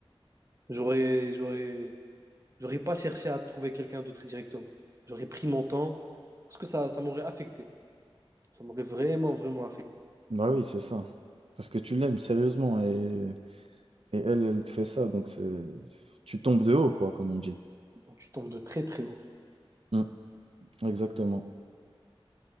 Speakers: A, on the right; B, on the right.
A: J'aurais, j'aurais, j'aurais pas cherché à trouver quelqu'un d'autre directement. J'aurais pris mon temps parce que ça, ça m'aurait affecté. Ça m'aurait vraiment, vraiment affecté.
B: Bah oui, c'est ça. Parce que tu l'aimes sérieusement et, et elle, elle te fait ça, donc c'est tu tombes de haut, quoi, comme on dit.
A: Donc, Tu tombes de très, très haut.
B: Mm, exactement.